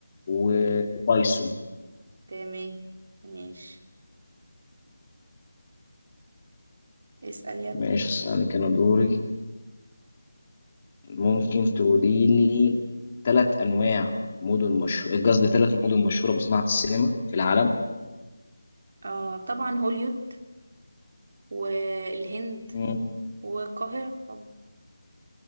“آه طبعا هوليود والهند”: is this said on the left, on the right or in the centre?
Right